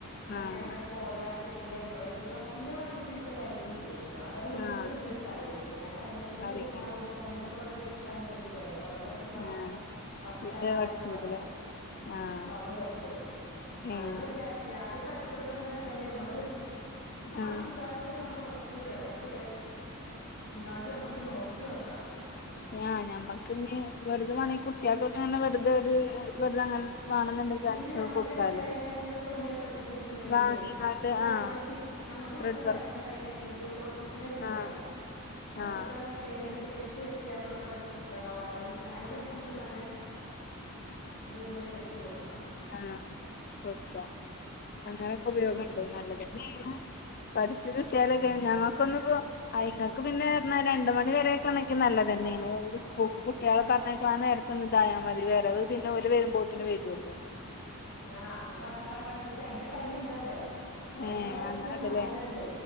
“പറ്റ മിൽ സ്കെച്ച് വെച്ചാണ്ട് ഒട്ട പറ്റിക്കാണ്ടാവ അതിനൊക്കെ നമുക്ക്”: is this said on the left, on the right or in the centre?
Left